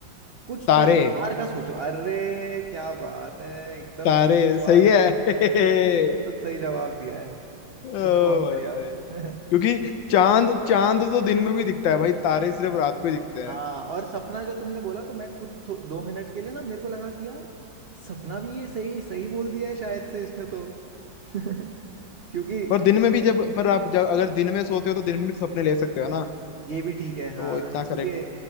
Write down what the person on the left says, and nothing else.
तारे
तारे
सही है <laughs>
ओ
भाई
क्योंकि चांद चांद तो दिन में भी दिखता है भाई तारे सिर्फ रात को ही दिखते हैं
पर दिन में भी जब पर आप जब अगर दिन में सोते हो तो दिन में भी तो सपने ले सकते हो ना
तो वो इतना
करेक्ट